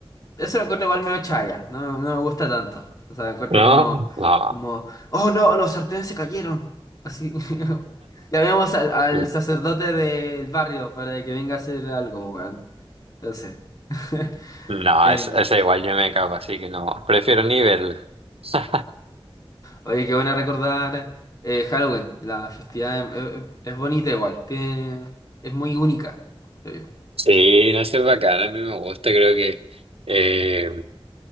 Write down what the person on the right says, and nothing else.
No,
no.
<laughs>
No,
esa, esa igual yo me cago, así que no. Prefiero ni verla. <laughs>
Sí, no sé, es bacán, a mí me gusta, creo que eh,